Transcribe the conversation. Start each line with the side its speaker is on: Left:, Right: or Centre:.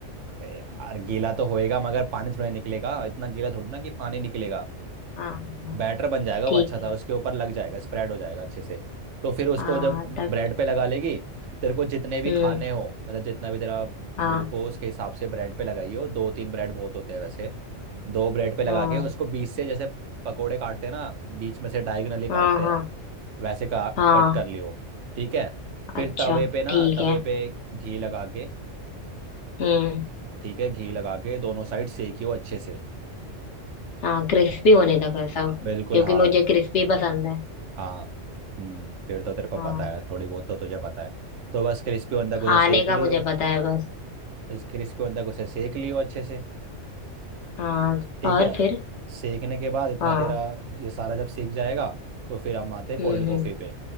Right: अबे यार गीला तो होएगा मगर पानी थोड़ा निकलेगा इतना गीला थोड़ी ना कि पानी निकलेगा
Left: हाँ हाँ,
Right: बैटर बन जाएगा
Left: ठीक
Right: वो अच्छा
Left: है
Right: सा उसके ऊपर लग जाएगा स्प्रेड हो जाएगा अच्छे से तो फिर उसको
Left: हाँ
Right: जब
Left: तब
Right: ब्रेड पे लगा लेगी तेरे को जितने भी
Left: हम्म
Right: खाने हो मतलब जितना भी तेरा
Left: हाँ
Right: भूख हो उसके हिसाब से ब्रेड पे लगाई हो दो तीन ब्रेड बहुत होते हैं वैसे दो ब्रेड पे लगा
Left: हाँ
Right: के उसको बीच से जैसे पकोड़े काटते हैं ना बीच में से डायगनली काटते
Left: हाँ हाँ
Right: हैं वैसे का
Left: हाँ
Right: कट कर लियो ठीक है
Left: अच्छा
Right: फिर तवे पे ना
Left: ठीक
Right: तवे
Left: है
Right: पे घी लगा के
Left: हम्म
Right: ठीक है घी लगा के दोनों साइड सेकियो अच्छे से
Left: हाँ क्रिस्पी होने तक है सब
Right: बिल्कुल
Left: क्योंकि
Right: हाँ
Left: मुझे क्रिस्पी पसंद है
Right: हाँ हम्म फिर तो तेरे को
Left: हाँ
Right: पता है थोड़ी बहुत तो तुझे पता है तो बस क्रिस्पी बंदा
Left: खाने
Right: को उसे सेक
Left: का
Right: लियो
Left: मुझे पता है बस
Right: इस क्रिस्पी बंदा को उसे सेक लियो अच्छे से
Left: हाँ
Right: ठीक
Left: और
Right: है
Left: फिर
Right: सेकने के बाद इतना
Left: हाँ
Right: तेरा ये सारा जब सेक जाएगा तो फिर हम आते हैं
Left: हम्म
Right: कोल्ड कॉफ़ी
Left: हम्म
Right: पे